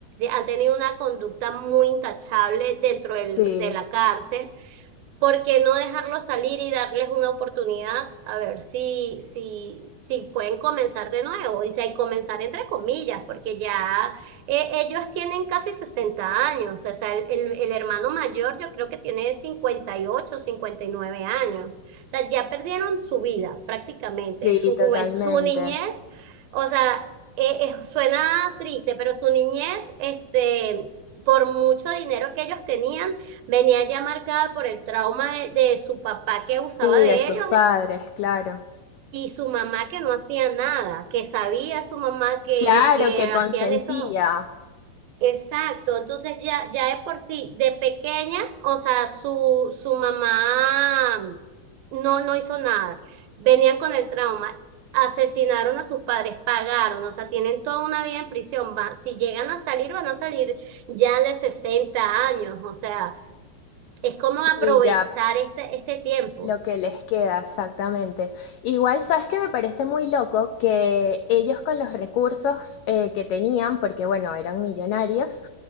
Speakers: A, on the right; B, on the left.
A: han tenido una conducta muy intachable dentro del-
B: Sí,
A: de la cárcel ¿Por qué no dejarlos salir y darles una oportunidad a ver si, si, si pueden comenzar de nuevo? Y si hay comenzar entre comillas, porque ya eh, ellos tienen casi 60 años, o sea, el, el- el hermano mayor yo creo que tiene cincuenta cincuenta y ocho cincuenta y nueve años, o sea, ya perdieron su vida prácticamente,
B: sí,
A: su
B: totalmente.
A: juventud, su niñez, o sea, eh, eh, suena triste, pero su niñez, este, por mucho dinero que ellos tenían, Venía ya marcada por el trauma de, de su papá que abusaba
B: Sí,
A: de
B: de sus
A: ellos
B: padres,
A: y
B: claro.
A: su mamá que no hacía nada, que sabía su mamá que,
B: Claro
A: que
B: que consentía,
A: hacían estos... Exacto, entonces ya, ya de por sí, de pequeña, o sea, su, su mamá no, no hizo nada. Venían con el trauma, asesinaron a sus padres, pagaron, o sea, tienen toda una vida en prisión. Va, si llegan a salir, van a salir ya de 60 años, o sea, es como
B: sí,
A: aprovechar
B: ya
A: este, este tiempo.
B: lo que les queda, exactamente. Igual, sabes que me parece muy loco que ellos con los recursos eh, que tenían, porque bueno, eran millonarios,